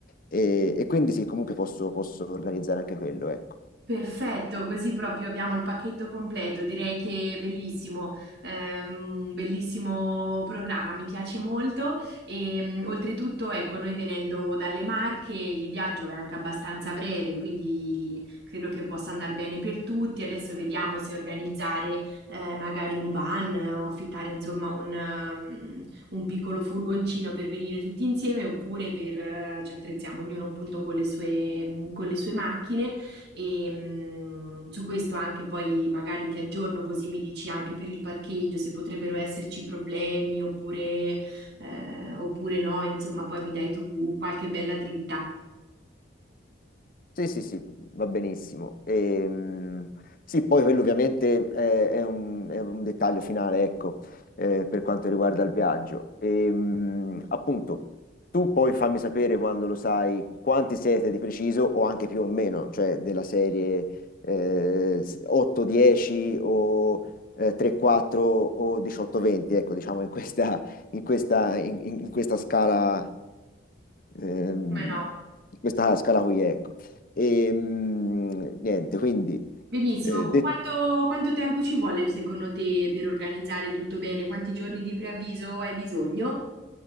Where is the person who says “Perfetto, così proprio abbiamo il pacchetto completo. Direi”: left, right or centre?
Right